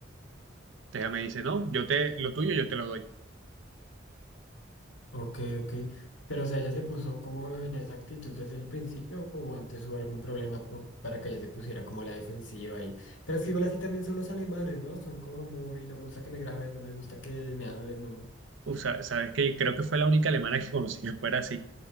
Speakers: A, on the right; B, on the left.
A: Entonces ella me dice, no, yo te, lo tuyo yo te lo doy.
B: ok, ok. Pero, o sea, ¿ella se puso como en esa actitud desde el principio o antes hubo algún problema po- para que ella se pusiera como a la defensiva ahí? Pero es que igual así también son los alemanes, ¿no? Son como muy, no me gusta que me grabes, no me gusta que me hables, ¿no?
A: O sea, sabes que creo que fue la única alemana que conocí que fuera así.